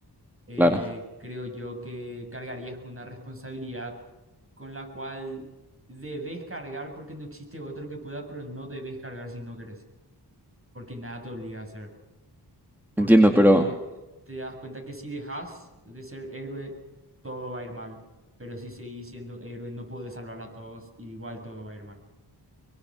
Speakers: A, on the right; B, in the centre.
A: eh,
B: claro.
A: creo yo que cargarías con una responsabilidad con la cual debes cargar porque no existe otro que pueda, pero no debes cargar si no querés, porque nada te obliga a hacer. porque
B: Entiendo, pero
A: te das cuenta que si dejas de ser héroe, todo va a ir mal, pero si seguís siendo héroe, no podés salvar a todos y igual todo va a ir mal.